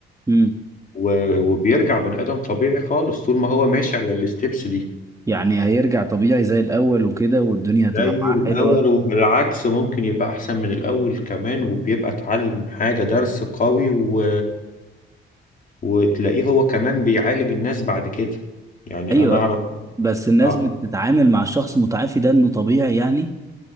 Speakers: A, on the right; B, on the left.
A: مم.
B: و... وبيرجع بني آدم طبيعي خالص طول ما هو ماشي على الستيبس دي
A: يعني هيرجع طبيعي زي الاول وكده والدنيا هتبقى
B: زي
A: معاه
B: الأول
A: حلوة
B: وبالعكس ممكن يبقى أحسن من الأول كمان وبيبقى اتعلم حاجة درس قوي و... وتلاقيه هو كمان بيعالج الناس بعد كده يعني
A: ايوه
B: أنا
A: بس الناس
B: أعرف
A: بتتعامل مع الشخص المتعافي ده انه طبيعي يعني